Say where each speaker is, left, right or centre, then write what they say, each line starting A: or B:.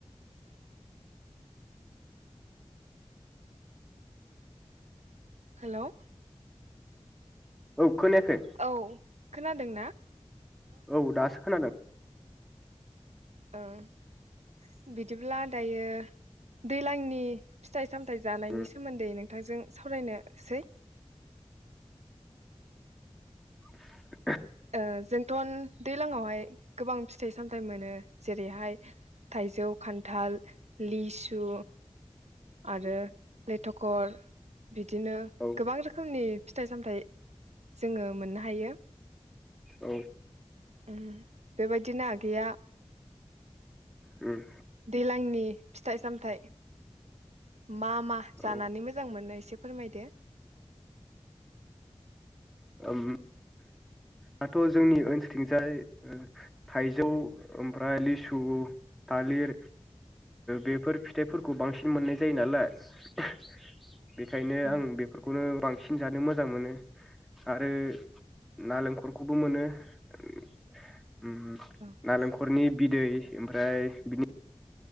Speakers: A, on the right (about 80°); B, in the centre.
A: Hello
B: औ खोनायाखै
A: औ खोनादों ना?
B: औ दासो खोनादों।
A: ओं बिदिब्ला दायो दैलांनि फिथाइ सामथाय जानायनि
B: उम
A: सोमोन्दै नों थांजों सावरायनो सै
B: <inaudible>
A: ओ जोंथ' दैलाङावहाय गोबां फिथाइ सामथाइ मोनो जेरैहाय थाइजौ, खान्थाल, लिसु आरो लेथ'खर बिदिनो
B: औ
A: गोबां रोखोमनि फिथाइ सामथाइ जोङो मोननो हायो
B: औ
A: उम बेबायदिनो आगैया
B: उम
A: दैलांनि फिथाइ सामथाइ मा मा जानानै
B: औ
A: मोजां मोनो एस एसे फोरमायदो।
B: <unintelligible> दाथ' जोंनि ओनसोलथिंजाय ओ थाइजौ ओमफ्राय लिसु थालिर बेफोर फिथाइफोरखौ बांसिन मोननाय जायो नालाय <unintelligible> बेखायनो
A: औ
B: आं बेफोरखौनो बांसिन जानो मोजां मोनो आरो नालेंखरखौबो मोनो ओम ओम
A: औ
B: नालेंखरनि बिदै ओमफ्राय बिनि